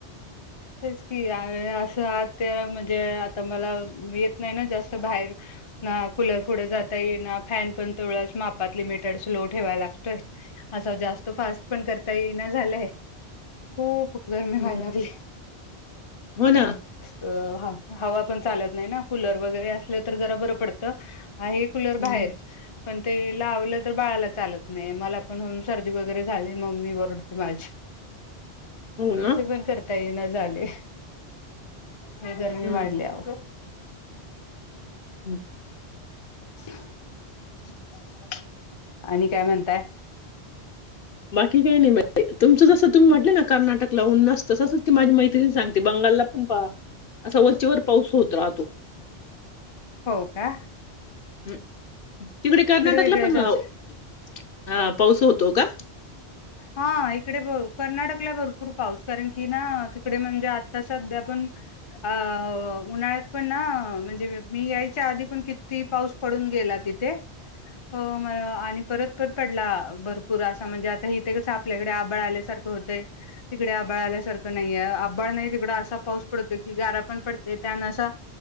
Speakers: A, on the left; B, on the left.
A: तेच की आ य आस त्या ते म्हणजे आता मला येत नाही ना जास्त बाहेर. ना कूलर फुडे जाता येईना. फॅन पण तेव्हढाच मापात लिमटड स्लो ठेवाय लागतोय. असं जास्त फास्ट पण करता येईना झालय. खूप गरमी व्हाय
B: हम्म
A: लागलीय.
B: हो ना
A: अं हा, हवा पण चालत नाही ना कूलर वगैरे असलं तर जरा बरं पडतं. आहे कुलर
B: हं,
A: बाहेर, पण ते लावलं तर बाळाला चालत नाही, मला पण होन सर्दी वगैरे झाली मम्मी वरडते माझी.
B: हो ना.
A: ते पण कर <unintelligible> झाले लय गरमी
B: हं,
A: वाढलिया आओ.
B: हं.
A: <unintelligible> <inaudible> आणि काय म्हणताय?
B: ठीक ए आणि <unintelligible> तुमचं जसं तुम्ही म्हटले ना कर्नाटकला उन असतं, तसंच ती माझी मैत्रिण सांगते बंगालला पण पा असं वरचेवर पाऊस होत राहतो.
A: हो का?
B: हम्. तिकडे कर्नाटकला
A: वेगळेच
B: पण हा
A: अस
B: पाऊस होतो का?
A: हा इकडे कर्नाटकला भरपूर पाऊस कारण की ना तिकडे म्हणजे आता सध्या पण अ उन्हाळ्यात पण ना म्हणजे मी यायच्या आधी पण किती पाऊस पडून गेला तिथे आणि परत पण पडला भरपूर असा म्हणजे आता इथं. ते कसं आपल्याकडे आभाळ आल्यासारखं होतंय तिकडे आभाळ आल्यासारखं नाहीये आभाळ नाही तिकड असा पाऊस पडतोय की गारा पण पडते त्याना असा